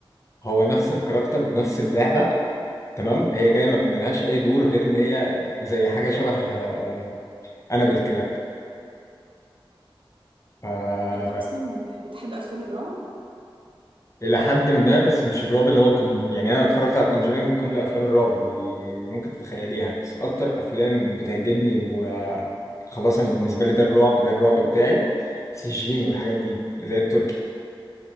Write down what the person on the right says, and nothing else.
انت اصلا بتحب افلام الرعب
مم.
مم.